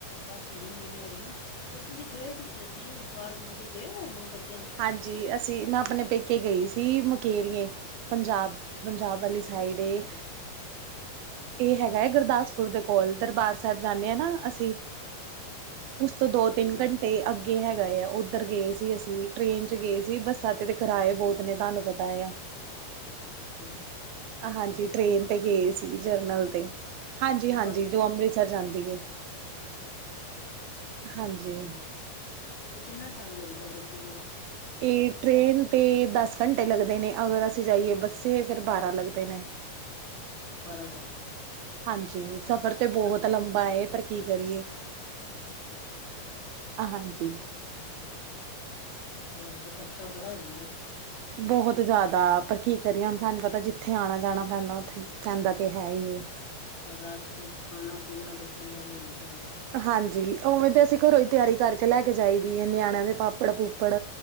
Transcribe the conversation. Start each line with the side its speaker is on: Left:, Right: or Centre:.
Left: ਬਸ ਹੁਣੇ ਵੇਲੇ ਹੋਏ ਆਂ ਤੇ ਤੁਸੀਂ ਗਏ ਕਿੱਥੇ ਸੀ, ਬਾਰ ਕਿਧਰੇ ਗਏ ਓ ਘੁੰਮਣ ਬਸ
Right: ਹਾਂਜੀ, ਅਸੀਂ ਮੈਂ ਆਪਣੇ ਪੇਕੇ ਗਈ ਸੀ। ਮੁਕੇਰੀਏ, ਪੰਜਾਬ ਪੰਜਾਬ ਵਾਲੀ ਸਾਈਡ
Left: ਉਹ ਕਿੱਥੇ
Right: ਏ
Left: ਹੈਗਾ
Right: ਇਹ ਹੈਗਾ ਐ ਗੁਰਦਾਸਪੁਰ ਦੇ ਕੋਲ, ਦਰਬਾਰ ਸਾਹਿਬ ਜਾਂਣੇ ਆਂ ਨਾਂ ਅਸੀਂ
Left: <inaudible>
Right: ਉਸ ਤੋਂ
Left: ਅੱਛਾ
Right: ਦੋ-ਤਿੰਨ
Left: ਅੰਮ੍ਰਿਤਸਰ
Right: ਕੰਟੇ ਅੱਗੇ ਹੈਗਾ ਆ, ਉੱਧਰ ਗਏ ਸੀ ਅਸੀਂ ਟ੍ਰੇਨ ਚ ਗੈ ਸੀ ਬੱਸਾਂ ਤੇ ਤੇ ਕਿਰਾਏ ਬੋਤ ਨੇ ਤਾਨੂੰ ਪਤਾ ਏ ਆ।
Left: ਅੱਛਾ।
Right: ਹਾਂਜੀ ਟ੍ਰੇਨ
Left: ਅੰਮ੍ਰਿਤਸਰ
Right: ਤੇ ਗੇ ਸੀ ਜਰਨਲ ਤੇ ਹਾਂਜੀ,
Left: ਅੰਮ੍ਰਿਤਸਰ
Right: ਹਾਂਜੀ
Left: ਅੱਛਾ
Right: ਜੋ ਅੰਮ੍ਰਿਤਸਰ ਜਾਂਦੀ ਏ
Left: ਅੱਛਾ।
Right: ਹਾਂਜੀ।
Left: ਠੀਕ ਤੇ ਕਿੰਨਾ ਟੈਮ ਲੱਗਦਾ ਗੱਡੀ ਤੇ
Right: ਐ ਟ੍ਰੇਨ ਤੇ ਦਸ ਕੰੰਟੇ ਲੱਗਦੇ ਨੇਂ, ਅਗਰ ਅਸੀਂ ਜਾਈਏ ਬੱਸੇ ਫਿਰ ਬਾਰਾਂ ਲੱਗਦੇ ਨੇਂ।
Left: ਬਾਰਾਂ ਘੰਟੇ।
Right: ਹਾਂਜੀ, ਸਫ਼ਰ ਤੇ ਬੋਤ
Left: ਬਸ
Right: ਲੰਬਾ ਏ ਪਰ ਕੀ ਕਰੀਏ
Left: ਅੱਛਾ
Right: ਅਆ ਹਾਂਜੀ
Left: ਹਂ, ਫੇਰ ਤੇ ਖਰਚਾ ਬੜਾ ਹੋ ਜਾਂਦਾ ਓੱਥੇ
Right: ਬੋਹਤ ਜ਼ਾਦਾ ਪਰ ਕੀ ਕਰੀਏ ਹੁਨ ਤਾਨੂੰ ਪਤਾ ਜਿੱਥੇ ਆਨਾ-ਜਾਨਾ ਪੈਂਦਾ ਉੱਥੇ ਪੈਦਾਂ ਤੇ ਹੈ ਈ ਏ
Left: ਤਾਂ ਰਸਤੇ ਚ ਖਾਨਾ-ਪੀਨਾ ਬੱਚਿਆਂ ਦਾ ਵੀ ਹੁੰਦਾ ਹੈਗਾ
Right: ਹਾਂਜੀ। ਉਵੇਂ ਤੇ ਅਸੀਂ ਕਰੋਂ ਈ ਤਿਆਰੀ ਕਰਕੇ ਲੈ ਕੇ ਜਾਈ ਦੀਏ ਨਿਆਨਿਆਂ ਦੇ ਪਾਪੜ-ਪੂਪੜ